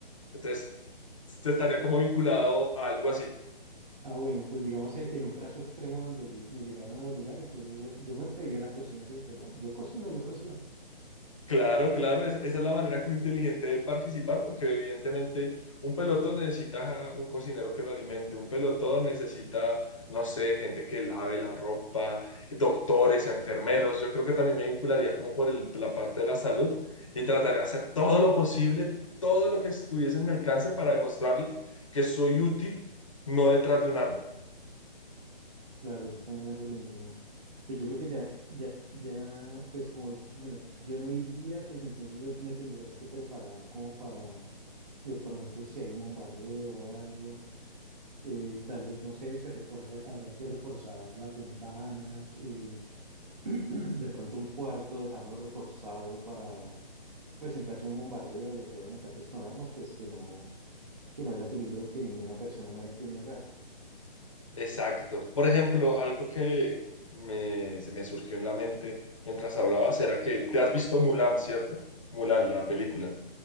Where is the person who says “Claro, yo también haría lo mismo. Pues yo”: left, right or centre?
Right